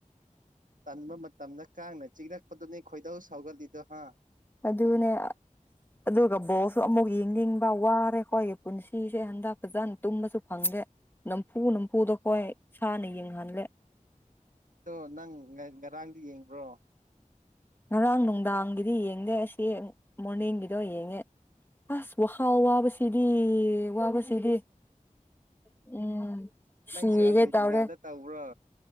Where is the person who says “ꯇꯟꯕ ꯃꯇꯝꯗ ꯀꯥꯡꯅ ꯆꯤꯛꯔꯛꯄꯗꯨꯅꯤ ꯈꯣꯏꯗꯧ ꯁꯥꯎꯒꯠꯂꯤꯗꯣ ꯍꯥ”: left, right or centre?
Right